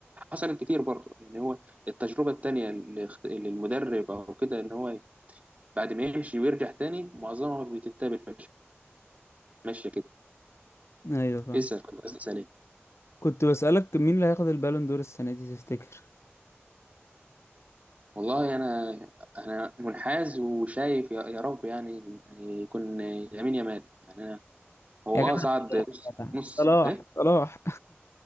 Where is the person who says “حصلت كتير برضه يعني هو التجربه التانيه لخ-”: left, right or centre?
Right